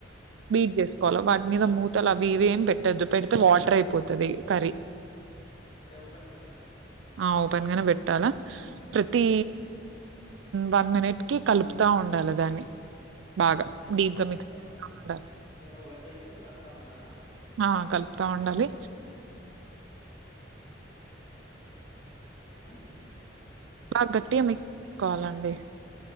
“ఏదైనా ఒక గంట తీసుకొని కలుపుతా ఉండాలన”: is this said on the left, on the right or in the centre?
Left